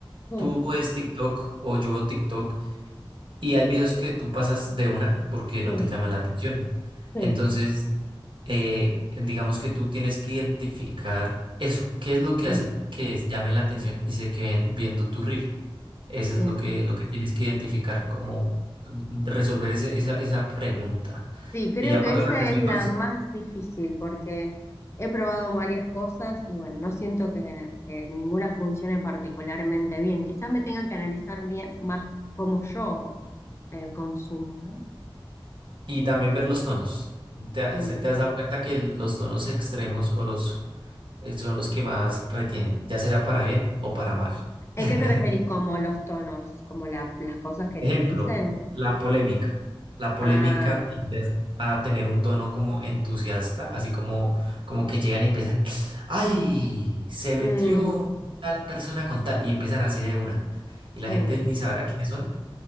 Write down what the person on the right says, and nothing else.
Tú ves TikTok o yo veo TikTok Y hay videos que tú pasas de una porque no
te llaman la atención.
Entonces, eh, digamos que tú tienes que identificar eso. ¿Qué es lo que
hace que es- llamen la atención y se queden viendo tu reel? Eso es
lo que, lo que tienes que identificar, como mm, resolver ese- esa, esa pregunta.
Y ya
cuando
la resuelvas,
y también ver los tonos. ¿Te, has
te has dado cuenta que los tonos extremos o los, eh, son los que más retienen, ya sea para bien o para mal?
<laughs>
Ejemplo,
la polémica. La polémica
tiende a tener un tono como entusiasta, así como, como que llegan y empiezan, ¡ay! Se metió
tal persona con tal, y empiezan así de una.
Y la gente ni sabrá quiénes son,